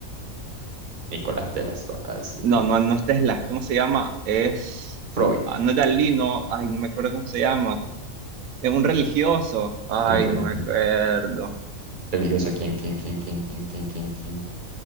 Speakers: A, on the right; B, on the right.
A: Nicolás de las Va- así,
B: No, no, no es Tesla, ¿cómo se llama? Es,
A: Freud.
B: ah, no es Dalí, no, ay, no me acuerdo cómo se llama. Es un religioso, ay,
A: Es un re-
B: no me acuerdo.
A: religioso. ¿Quién, quién, quién, quién, quién, quién, quién, quién?